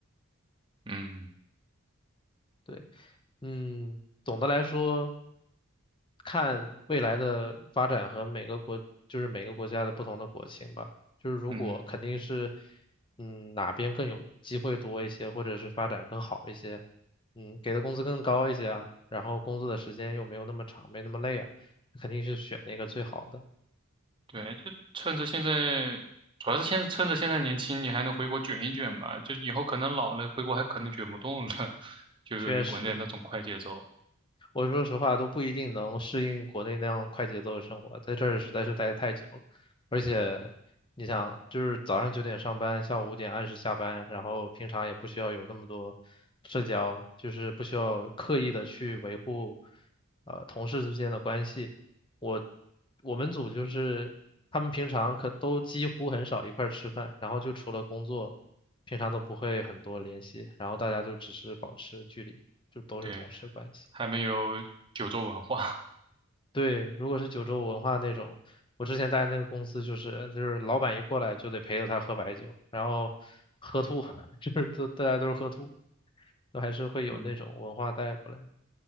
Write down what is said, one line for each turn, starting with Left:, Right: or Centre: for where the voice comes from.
Right: 嗯
Left: 对。嗯，总的来说，看未来的发展和每个国，就是每个国家的不同的国情吧。就是如果肯定是，
Right: 嗯，
Left: 嗯，哪边更有机会多一些，或者是发展更好一些，嗯，给的工资更高一些啊，然后工作的时间又没有那么长，没那么累啊，肯定是选那个最好的。
Right: 对，就趁着现在，主要是现趁着现在年轻，你还能回国卷一卷吧。就以后可能老了，回国还可能卷不动了，<laughs> 就由于国内那种快节奏，
Left: 确实，我说实话都不一定能适应国内那样快节奏的生活，在这儿实在是待得太久了。而且，你想，就是早上九点上班，下午五点按时下班，然后平常也不需要有那么多社交，就是不需要刻意的去维护，呃，同事之间的关系。我我们组就是他们平常可都几乎很少一块儿吃饭，然后就除了工作，平常都不会很多联系，然后大家就只是保持距离，就都是同事关系。
Right: 对，还没有九州文化。<laughs>
Left: 对，如果是九州文化那种，我之前待那个公司就是就是老板一过来就得陪着他喝白酒，然后喝吐，<laughs> 就是都大家都是喝吐，都还是会有那种文化带过来。
Right: 嗯，